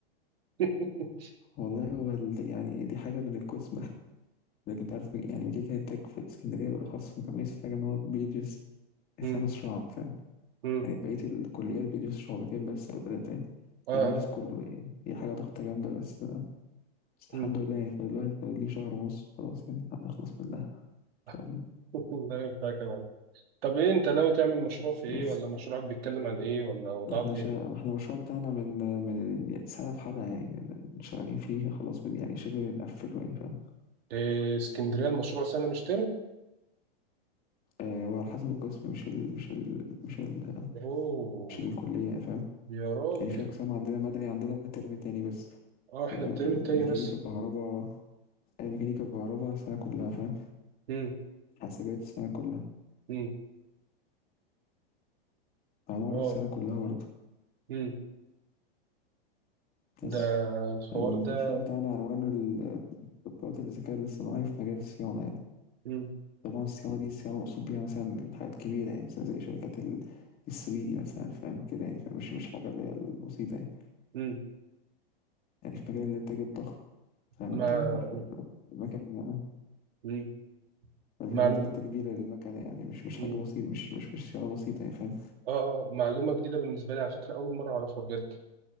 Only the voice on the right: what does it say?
<laughs>
مم.
مم.
اه
اه
مم.
<laughs>
لا ينفع كمان طب ايه انت ناوي تعمل مشروع في ايه
ولا مشروعك بيتكلم عن ايه ولا وضعك
ايه؟
إيه اسكندرية المشروع سنة مش ترم؟
اوه
يا راجل
اه احنا
الترم التاني
بس
مم.
مم.
واو
مم.
ده الحوار
ده
مم.
مم.
ما
مم.
معلو...
مم.
اه آه، معلومة جديدة بالنسبة لي على فكرة أول مرة أعرفها بجد